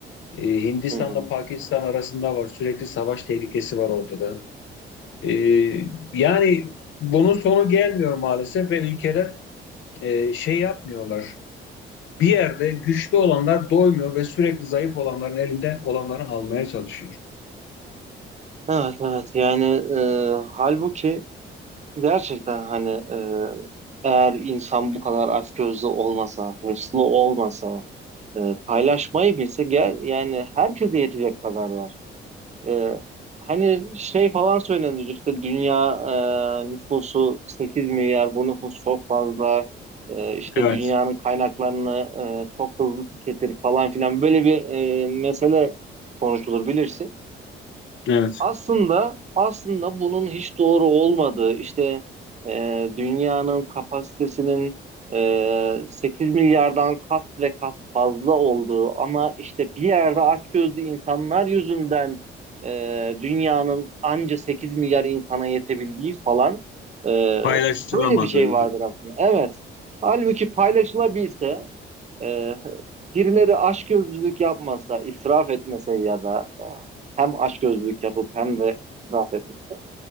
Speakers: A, on the left; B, on the right.
A: E, Hindistan'la
B: Hı hı.
A: Pakistan arasında var. Sürekli savaş tehlikesi var ortada. E, yani bunun sonu gelmiyor maalesef ve ülkeler e, şey yapmıyorlar. Bir yerde güçlü olanlar doymuyor ve sürekli zayıf olanların elinde olanları almaya çalışıyor.
B: Evet, evet. Yani e, halbuki gerçekten hani e, eğer insan bu kadar açgözlü olmasa, hırslı olmasa, e, paylaşmayı bilse gel yani herkese yetecek kadar var. Ee, hani şey falan söylenir işte dünya e, nüfusu 8 milyar bu nüfus çok fazla e, işte
A: Evet,
B: dünyanın kaynaklarını e, çok hızlı tüketir falan filan böyle bir e, mesele konuşulur bilirsin.
A: evet.
B: Aslında aslında bunun hiç doğru olmadığı işte e, dünyanın kapasitesinin e, 8 milyardan kat ve kat fazla olduğu ama işte bir yerde açgözlü insanlar yüzünden e, dünyanın anca 8 milyar insana yetebildiği falan e,
A: Paylaşılamadığı.
B: böyle bir şey vardır aslında. Evet. Halbuki paylaşılabilse e, Birileri açgözlülük yapmasa, israf etmese ya da e, hem açgözlülük yapıp hem de israf etmese.